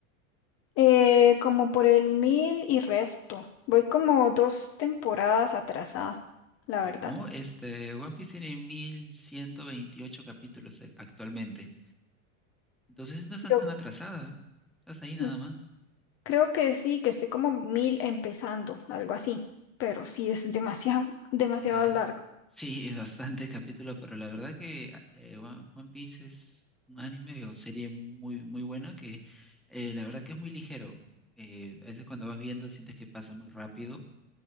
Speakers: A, on the left; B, in the centre.
A: Eh, como por el mil y resto. Voy como dos temporadas atrasada, la
B: No,
A: verdad.
B: este, One Piece tiene 1128 capítulos eh, actualmente. Entonces no estás
A: Yo
B: tan atrasada. Estás ahí nada
A: Pues,
B: más.
A: creo que sí, que estoy como mil empezando, algo así. Pero sí es demasiado, <laughs> demasiado
B: La-
A: largo.
B: sí, es bastante capítulo, pero la verdad que eh, One, One Piece es un anime o serie muy, muy buena que eh, la verdad que es muy ligero. Eh, a veces cuando vas viendo sientes que pasa muy rápido,